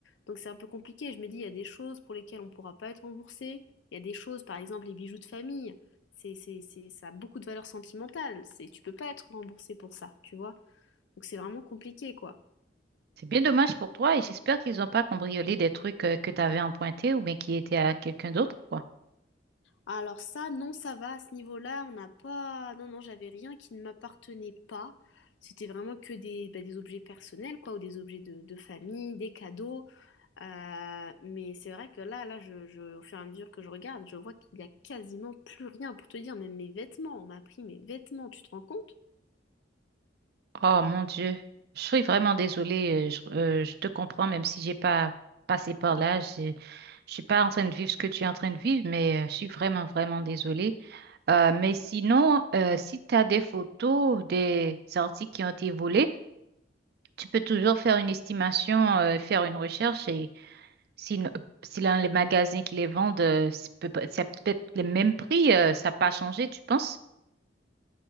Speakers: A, on the left (about 75°); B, on the right (about 55°).
A: Donc c'est un peu compliqué. Je me dis, il y a des choses pour lesquelles on ne pourra pas être remboursé. Il y a des choses, par exemple, les bijoux de famille. C'est, c'est, c'est, ça a beaucoup de valeur sentimentale. C'est, tu peux pas être remboursé pour ça, tu vois. Donc c'est vraiment compliqué, quoi.
B: C'est bien dommage pour toi et j'espère qu'ils n'ont pas cambriolé des trucs euh, que tu avais empruntés ou bien qui étaient à quelqu'un d'autre, quoi.
A: Alors ça, non, ça va. À ce niveau-là, on n'a pas... Non, non, j'avais rien qui ne m'appartenait pas. C'était vraiment que des, bah, des objets personnels, quoi, ou des objets de, de famille, des cadeaux. Euh, mais c'est vrai que là, là, je, je- au fur et à mesure que je regarde, je vois qu'il y a quasiment plus rien pour te dire, même mes vêtements, on m'a pris mes vêtements, tu te rends compte?
B: Oh mon Dieu, je suis vraiment désolée. euh, Je, euh, je te comprends, même si j'ai pas passé par là. Je, je suis pas en train de vivre ce que tu es en train de vivre, mais euh, je suis vraiment, vraiment désolée. Euh, mais sinon, euh, si tu as des photos des articles qui ont été volés, tu peux toujours faire une estimation, euh, faire une recherche et si, si dans les magasins qui les vendent, euh, c'est peut- c'est peut-être le même prix, euh, ça n'a pas changé, tu penses?